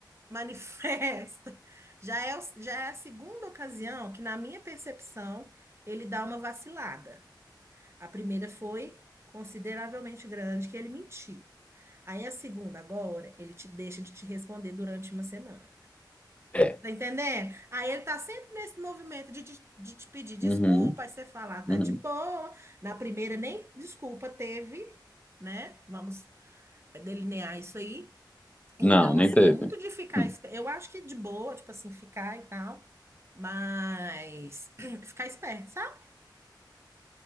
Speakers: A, on the right; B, on the left.
A: manifesto, <laughs> já é, o- já é a segunda ocasião que, na minha percepção, ele dá uma vacilada. A primeira foi consideravelmente grande, que ele mentiu. Aí a segunda, agora, ele te deixa de te responder durante uma semana.
B: É.
A: Tá entendendo? Aí ele tá sempre nesse movimento de, te de te pedir desculpa,
B: Uhum,
A: aí você falar tá
B: uhum.
A: de boa. Na primeira nem desculpa teve, né? Vamos delinear isso aí. Então,
B: Não, nem
A: assim,
B: teve.
A: é muito de ficar.
B: Hum.
A: espe- Eu acho que de boa, tipo assim, ficar e tal, mas <clears throat> ficar esperto, sabe?